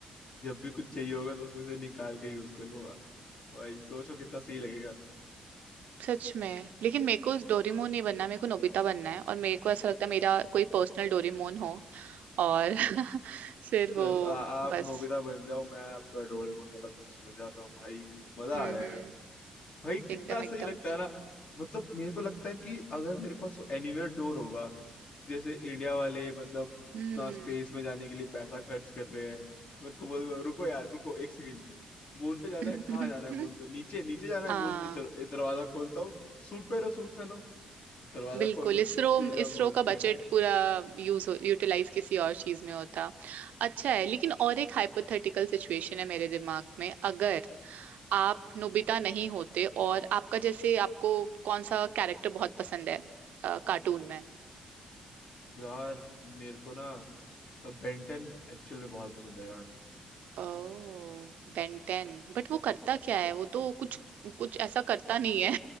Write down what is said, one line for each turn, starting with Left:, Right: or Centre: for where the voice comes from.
Left: जब भी कुछ चाहिए होगा तो उसको से निकाल के यूज कर लूंगा भाई सोचो कितना सही लगेगा
Right: सच में लेकिन मेरे को डोरेमोन नहीं बनना मेरे को नोबिता बनना है और मेरे को ऐसा लगता है मेरा कोई पर्सनल डोरेमोन हो और <laughs> फिर वो
Left: चल आ, आप
Right: बस
Left: नोबिता बन जाओ मैं आपका डोरेमोन वाला दोस्त बन जाता हूँ भाई मजा
Right: हम्म
Left: आ जाएगा
Right: हम्म
Left: भाई कितना
Right: एकदम
Left: सही
Right: एकदम
Left: लगता है ना मतलब मेरे को लगता है कि अगर मेरे पास वो एनीवेयर डोर होगा तो जैसे इंडिया वाले मतलब इतना
Right: हम्म
Left: स्पेस में जाने के लिए पैसा खर्च कर रहे हैं मेरे को बोल रुको यार रुको एक सेकंड मून पे जाना
Right: <laughs>
Left: है कहाँ जाना है मून पे नीचे नीचे जाना है
Right: हाँ
Left: मून की चलो ये दरवाजा खोलता हूँ सूट पहनो सूट पहनो दरवाजा
Right: बिल्कुल
Left: खोल के सीधा
Right: इसरो इसरो
Left: मोन
Right: का
Left: पे
Right: बजट पूरा यूज हो यूटिलाइज किसी और चीज में होता अच्छा है लेकिन और एक हाइपोथेटिकल सिचुएशन है मेरे दिमाग में अगर आप नोबिता नहीं होते और आपका जैसे आपको कौन सा कैरेक्टर बहुत पसंद है कार्टून में
Left: यार मेरे को ना बेंटन एक्चुअल में बहुत पसंद है यार
Right: ओ बेंटेन बट वो करता क्या है वो तो कुछ कुछ ऐसा करता नहीं है